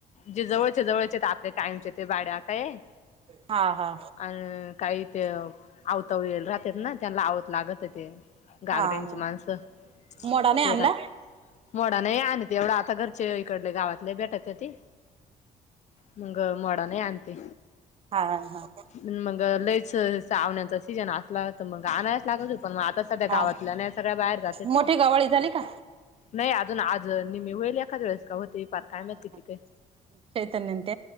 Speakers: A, on the left; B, on the right.
A: जे जवळचे-जवळचे आपल्या कायमचे ते बाड्या काय.
B: हा हा.
A: अ काही ते आवताव ये राहतात ना त्यांना आवत लागत होते. घागऱ्यांची
B: हा हा
A: माणसं,
B: मोडा नाही
A: ते
B: आणला?
A: रा मोडा नाही आण तेवढा आता घरचे इकडले गावातले बेटत होती. मंग मोडा नाही आणते
B: हा हा
A: मग लईच आवण्याचा सीजन असला तर मग आणायच लागल हो पण मग आता सध्या
B: हा
A: गावातल्या नाही सगळ्या बाहेर जाते ते
B: मोठी गवाळी झाली का?
A: नाही अजून आज निहमी होईल एखाद वेळेस का होते पार काय
B: हा
A: माहित किती
B: हा चैतन्यंत
A: काय